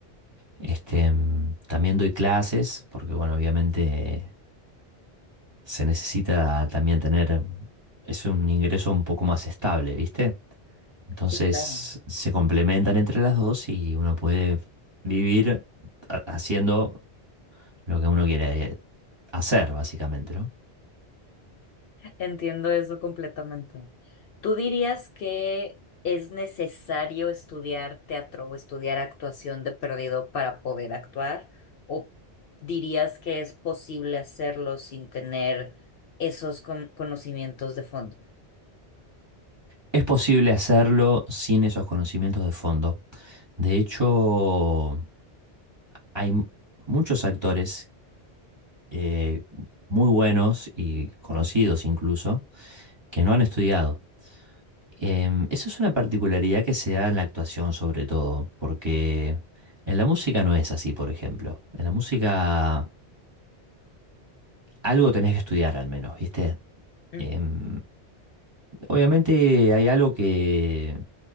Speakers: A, on the right (about 25°); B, on the left (about 65°).
A: Este, mm, también doy clases, porque bueno, obviamente se necesita también tener, es un ingreso un poco más estable, ¿viste? Entonces
B: Sí, claro.
A: se complementan entre las dos y uno puede vivir ha- haciendo lo que uno quiera eh, hacer, básicamente, ¿no?
B: Entiendo eso completamente. ¿Tú dirías que es necesario estudiar teatro o estudiar actuación de perdido para poder actuar? ¿O dirías que es posible hacerlo sin tener esos con- conocimientos de fondo?
A: Es posible hacerlo sin esos conocimientos de fondo. De hecho, hay m- muchos actores eh, muy buenos y conocidos incluso que no han estudiado. Em, eso es una particularidad que se da en la actuación sobre todo, porque en la música no es así, por ejemplo. En la música algo tenés que estudiar al menos, ¿viste?
B: Ujú.
A: Em, Obviamente hay algo que,